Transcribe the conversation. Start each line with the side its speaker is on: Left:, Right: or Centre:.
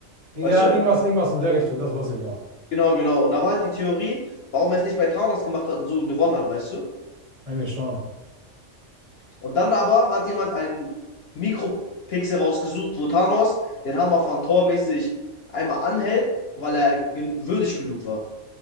Right: Ja,
Left: Weißt du?
Right: irgendwas, irgendwas in der Richtung, das weiß ich noch.
Left: Genau, genau. Und da war halt die Theorie, warum er es nicht bei Thanos gemacht hat und so gewonnen hat, weißt du?
Right: Eigentlich schon.
Left: Und dann aber hat jemand einen Mikropixel rausgesucht, wo Thanos den Hammer von Thor mäßig einmal anhält, weil er gen würdig genug war.